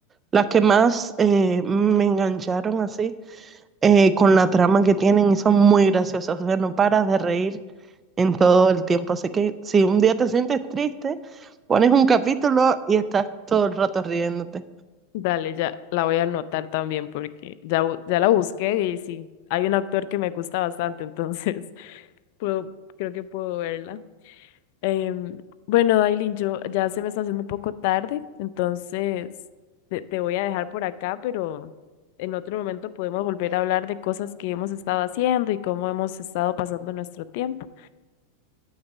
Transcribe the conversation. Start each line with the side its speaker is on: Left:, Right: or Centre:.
Right: las que más eh, me engancharon así eh, con la trama que tienen y son muy graciosas. O sea, no paras de reír en todo el tiempo. Así que si un día te sientes triste, pones un capítulo y estás todo el rato riéndote.
Left: Dale, ya la voy a anotar también porque ya, bu- ya la busqué y sí, hay un actor que me gusta bastante, entonces <laughs> puedo, creo que puedo verla. Em, bueno, Dailin, yo ya se me está haciendo un poco tarde, entonces te, te voy a dejar por acá, pero en otro momento podemos volver a hablar de cosas que hemos estado haciendo y cómo hemos estado pasando nuestro tiempo.